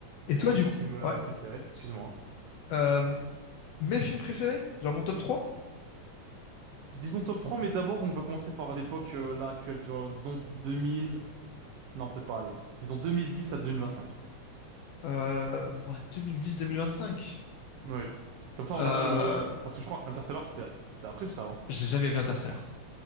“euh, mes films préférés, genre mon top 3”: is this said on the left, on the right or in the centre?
Left